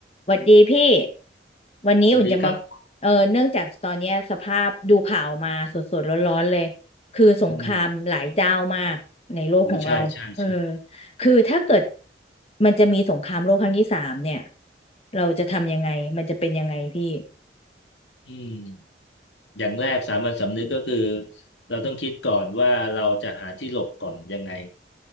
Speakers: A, on the left; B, on the left.
A: หวัดดีพี่วันนี้อุ่นจะมา
B: สวัสดีครับ
A: เออเนื่องจากตอนเนี้ยสภาพดูข่าวมาสดๆร้อนๆเลย คือสงครามหลายเจ้ามากในโลกของเราเออ
B: อืมโอ้ใช่ใช่ใช่
A: คือถ้าเกิดมันจะมีสงครามโลกครั้งที่สามเนี่ยเราจะทำยังไงมันจะเป็นยังไงพี่
B: อืมอย่างแรกสามัญสำนึกก็คือเราต้องคิดก่อนว่าเราจะหาที่หลบก่อนยังไง